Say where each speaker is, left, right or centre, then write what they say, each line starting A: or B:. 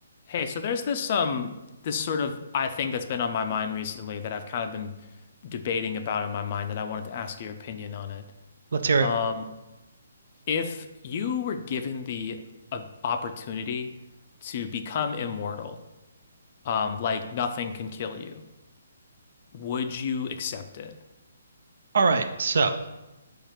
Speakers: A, on the left; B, on the right.
A: Hey, so there's this um this sort of I think that's been on my mind recently that I've kind of been debating about in my mind and I wanted to ask your opinion on it.
B: Let's hear
A: Um,
B: it.
A: if you were given the uh, opportunity to become immortal, um, like nothing can kill you, would you accept it?
B: All right. So,